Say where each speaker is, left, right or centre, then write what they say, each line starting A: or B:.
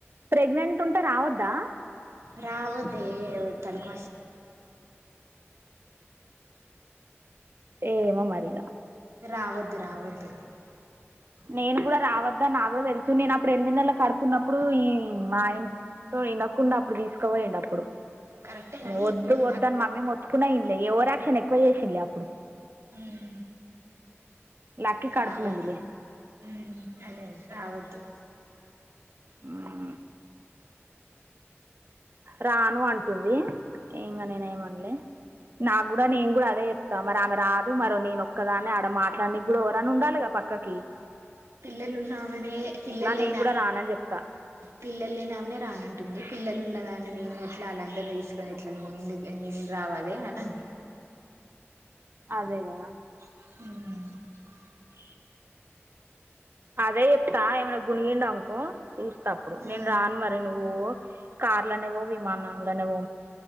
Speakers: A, on the right; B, on the right.
A: ప్రెగ్నెంట్ ఉంటే రావొద్దు
B: రావొద్దు ఏ తళుకు
A: ఏమో మరీగ
B: రావదు రావద్దు
A: నేను కూడా రావద్దా నాకు కూడా తెలుసు నేను అప్పుడు ఎనిమిది నెలలు కడుపుకున్నప్పుడు ఈ మా ఇంనతో వినకుండా అప్పుడు తీసుకపోయిండు అప్పుడు
B: కరెక్టే కానీ
A: మేమ్ వద్దు
B: ఇప్పుడు
A: వద్దు అని మమ్మీ మొత్తుకున్న ఇన్లే ఎవర్ యాక్షన్ ఎక్కువ చేసింలే అప్పుడు
B: మ్
A: లక్కీ
B: రావద్దు
A: కడుపులో ఉందిలే
B: మ్ అదే అదే రావద్దు
A: మ్ రాను అంటుంది ఇంగా నేనే ఏమనలే నాకు కూడా నేను కూడా అదే చెప్తా మరి ఆమె రాదు మరో నేను ఒక్కదానే ఆడ మాట్లానికి కూడా ఓరన ఉండాలి కదా అక్కకి
B: పిల్లలు ఉన్నామనే పిల్లలేనా
A: నేను కూడా రానని చెప్తా
B: పిల్లలు లేని ఆమెనే రానంటుంది పిల్లలు ఉన్నదా నేను ఎట్లా ఆళ్ళందర్నీ తీసుకొని ఎట్లాని పోను నేం రావాలి అనని <inaudible>
A: అదేగదా
B: మ్
A: అదే చెప్తా ఏమైనా గునిగిం అనుకో చూస్తా అప్పుడు
B: అను
A: నేను రాను మరి నువ్వు కార్ లోనేపొ విమానంలోనేపొ